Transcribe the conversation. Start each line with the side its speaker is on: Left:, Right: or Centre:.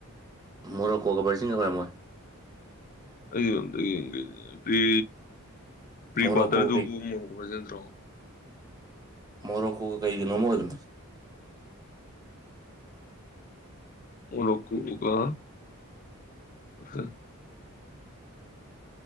Right: ꯃꯣꯔꯣꯀꯣ ꯀꯕꯔꯁꯤꯡ ꯀꯈꯔꯦ ꯃꯣꯏ
Left: ꯑꯩ ꯑꯣꯝꯇ ꯌꯦꯡꯒꯦꯅꯦꯔꯤ ꯄ꯭ꯔꯤ
Right: ꯃꯣꯔꯣꯀꯣ
Left: ꯀ꯭ꯋꯥꯇꯔꯗꯨꯕꯨ
Right: ꯀꯩ
Left: ꯭ꯔꯣ
Right: ꯃꯣꯔꯣ ꯀꯣꯒ ꯀꯩꯒꯤꯅꯣꯃꯔ
Left: ꯎꯅ ꯀ ꯎꯒ ꯁ